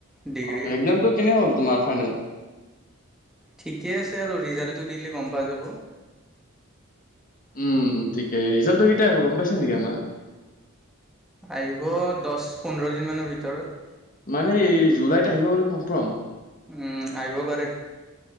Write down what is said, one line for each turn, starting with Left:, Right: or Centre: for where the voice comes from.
Centre: ডিগ্ৰী
Left: অ', একজামটো কেনে হ'ল তোমাৰ ফাইনেল?
Centre: ঠিকে আছে আৰু। ৰিজাল্টটো দিলে গম পোৱা যাব।
Left: উম, ঠিকে। ৰিজাল্টটো কেতিয়া আহিব গম পাইছা নেকি আমাৰ?
Centre: আহিব দছ-পোন্ধৰ দিন মানৰ ভিতৰত।
Left: মানে এই জুলাইত আহিব বুলি কনফাৰ্ম?
Centre: উম, আহিব পাৰে।